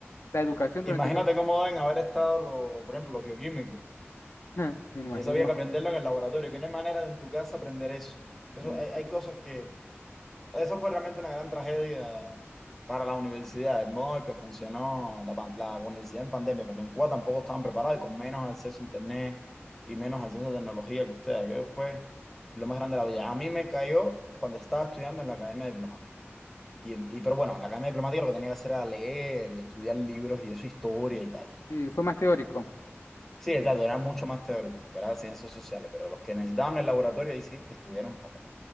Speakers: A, on the left; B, in the centre.
A: la educación
B: imagínate
A: durante esos,
B: cómo deben haber estado, los, por ejemplo, los bioquímicos.
A: <laughs> me imagino,
B: Y eso había que
A: co-
B: aprenderlo en el laboratorio. que no hay manera de en tu casa aprender eso? Eso,
A: mm,
B: hay, hay cosas que... Eso fue realmente una gran tragedia para las universidades, el modo en que funcionó la, pan- la universidad en pandemia, porque en Cuba tampoco estaban preparados y con menos acceso a internet y menos acceso a tecnología que ustedes. Aquello fue lo más grande de la vida. A mí me cayó cuando estaba estudiando en la Academia Diplomática. Y, en- y pero bueno, en la Academia Diplomática lo que tenía que hacer era leer y estudiar libros y eso, historia y tal.
A: sí, fue más teórico.
B: Sí, exacto, era mucho más teórico, porque era ciencias sociales, pero los que necesitaban el laboratorio ahí sí estuvieron fatal.